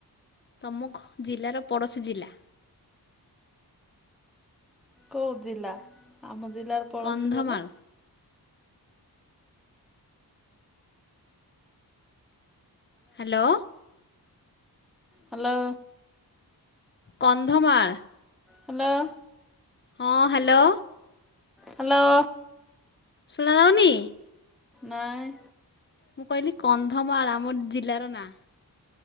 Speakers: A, on the left; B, in the centre.
A: ତମ ଘ ଜିଲ୍ଲାର ପଡ଼ୋଶୀ ଜିଲ୍ଲା।
B: କେଉ ଜିଲ୍ଲା ଆମ ଜିଲ୍ଲାର ପଡ଼ୋଶୀ
A: Kandhamal
B: ବୋଲେ?
A: hello
B: hello
A: Kandhamal
B: hello
A: ହଁ ହ୍ୟାଲୋ
B: ହ୍ୟାଲୋ
A: ଶୁଣା ଯାଉନି?
B: ନାଁଇ
A: ମୁଁ କହିଲି କନ୍ଧମାଳ ଆମର ଜିଲ୍ଲାର ନାଁ।